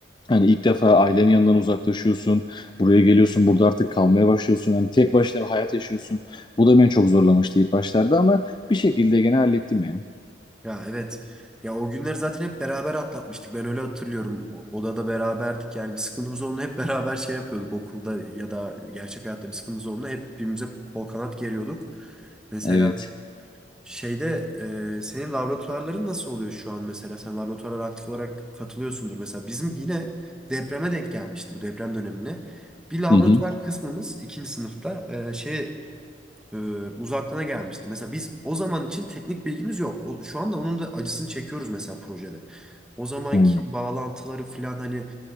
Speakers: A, on the left; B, in the centre.
A: Hani ilk defa ailenin yanından uzaklaşıyorsun. Buraya geliyorsun. Burada artık kalmaya başlıyorsun. Hani tek başına bir hayat yaşıyorsun. Bu da beni çok zorlamıştı ilk başlarda ama bir şekilde gene hallettim yani.
B: Ya evet. Ya o günleri zaten hep beraber atlatmıştık. Ben öyle hatırlıyorum. O- Odada beraberdik. Yani bir sıkıntımız olduğunda hep <laughs> beraber şey yapıyorduk. Okulda ya da gerçek hayatta bir sıkıntımız olduğunda hep birbirimize kol kanat geriyorduk. Mesela
A: Evet.
B: şeyde e, senin laboratuvarların nasıl oluyor şu an mesela? Sen laboratuvarlara aktif olarak katılıyorsundur. Mesela bizim yine depreme denk gelmişti bu deprem dönemine. Bir laboratuvar
A: Hı hı.
B: kısmımız ikinci sınıfta e, şey e, uzaklığına gelmişti. Mesela biz o zaman için teknik bilgimiz yok. O, şu anda onun da acısını çekiyoruz mesela projede. O zamanki
A: Hmm.
B: bağlantıları falan hani